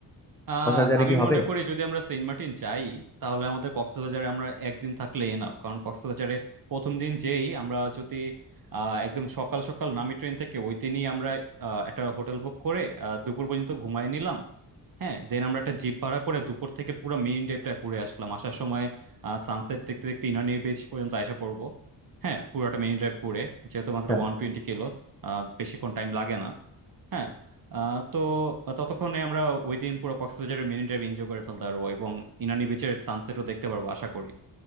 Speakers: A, on the right (about 45°); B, in the centre.
A: আহ
B: দশ হাজারে
A: আমি
B: কি হবে
A: মনে করি যদি আমরা সেন্ট মার্টিন যাই তাহলে আমাদের কক্সবাজারে আমরা একদিন থাকলে এনাফ কারণ কক্সবাজারে প্রথম দিন যেই আমরা যদি আহ, একদম সকাল সকাল নামি ট্রেন থেকে ওই দিনই আমরা আহ, একটা হোটেল বুক করে আহ, দুপুর পর্যন্ত ঘুমাই নিলাম হ্যাঁ দেন আমরা একটা জিপ ভাড়া করে দুপুর থেকে পুরো মেরিন ড্রাইভটা ঘুরে আসলাম আসার সময় সানসেট দেখতে দেখতে ইনানি বিচ পর্যন্ত এসে পড়বো হ্যাঁ পুরোটা মেরিন ড্রাইভ ঘুরে যেহেতু
B: আচ্ছা
A: মাত্র ওয়ান টোয়েন্টি কিলোস বেশিক্ষণ টাইম লাগে না হ্যাঁ আহ, তো ততক্ষণে আমরা ওই দিন পুরো কক্সবাজারের মেরিন ড্রাইভ এনজয় করে ফেলতে পারবো এবং ইনানি বিচের সানসেটও দেখতে পারবো আশা করি